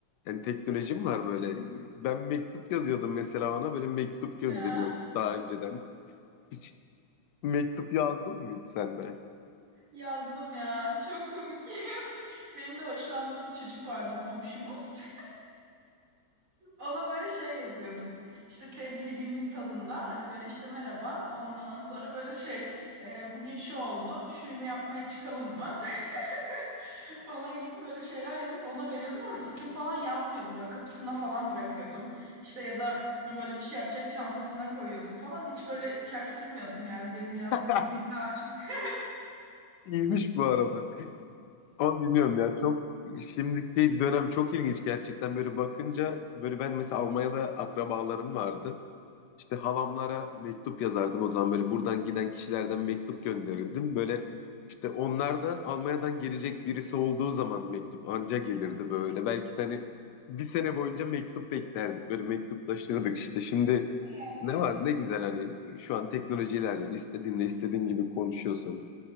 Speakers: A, on the left (about 70°); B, on the right (about 85°).
A: Yani teknolojim var böyle. Ben mektup yazıyordum mesela ona. Böyle mektup gönderiyordum
B: ya
A: daha önceden. Hiç mektup yazdın mı hiç sen de?
B: yazdım ya. Çok komik. <laughs> Benim de hoşlandığım bir çocuk vardı komşumuz. <laughs> Ona böyle şey yazıyordum. İşte sevgili günlük tadında hani böyle işte merhaba. Ondan sonra böyle şey e, bugün şu oldu. Şunu yapmaya çıkalım mı? <laughs> falan gibi böyle şeyler yazıp ona veriyordum ama isim falan yazmıyordum. Böyle kapısına falan bırakıyordum. İşte ya da böyle bir şey yapacak çantasına koyuyordum falan. Hiç böyle çaktırmıyordum yani benim yazdığım
A: <laughs>
B: gizli açık.
A: İyiymiş bu arada. Ama bilmiyorum ya çok şimdiki dönem çok ilginç gerçekten böyle bakınca böyle ben mesela Almanya'da akrabalarım vardı. İşte halamlara mektup yazardım o zaman böyle buradan giden kişilerden mektup gönderirdim. Böyle işte onlar da Almanya'dan gelecek birisi olduğu zaman mektup anca gelirdi böyle. Belki de hani bir sene boyunca mektup beklerdik böyle mektup taşırdık işte. Şimdi
B: Ya.
A: ne var ne güzel hani şu an teknoloji ilerledi istediğinle istediğin gibi konuşuyorsun.